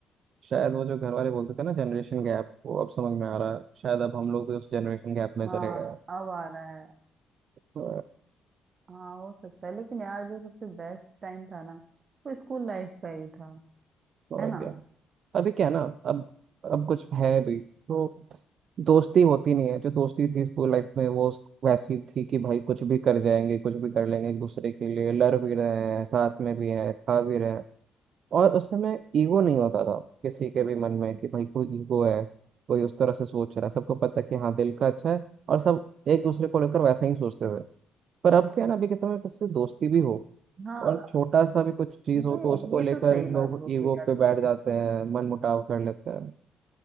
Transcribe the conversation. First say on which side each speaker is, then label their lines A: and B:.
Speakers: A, on the right; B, on the right.
A: शायद वो जो घर वाले बोलते थे ना जनरेशन गैप वो अब समझ में आ रहा है शायद अब हम लोग उस जनरेशन गैप में
B: हाँ
A: चले गए हैं
B: अब आ रहा है
A: अ,
B: हाँ हो सकता है लेकिन यार जो सबसे बेस्ट टाइम था ना वो स्कूल लाइफ का ही था
A: और
B: है ना
A: क्या अभी क्या है ना अब अब कुछ है भी तो दोस्ती होती नहीं है जो दोस्ती थी स्कूल लाइफ में वो वैसी थी कि भाई कुछ भी कर जाएंगे कुछ भी कर लेंगे एक दूसरे के लिए लड़ भी रहे हैं साथ में भी हैं खा भी रहे हैं और उस समय ईगो नहीं होता था किसी के भी मन में कि भाई कोई ईगो है कोई उस तरह से सोच रहा है सबको पता है कि हाँ दिल का अच्छा है और सब एक दूसरे को लेकर वैसे ही सोचते थे पर अब क्या है ना अभी के समय में किसी से दोस्ती भी हो
B: हाँ
A: और छोटा सा भी कुछ चीज हो
B: ये
A: तो उसको
B: ये
A: लेकर
B: तो सही
A: लोग
B: बात बोली
A: ईगो
B: यार
A: पे
B: तुमने
A: बैठ जाते हैं मन मुटाव कर लेते हैं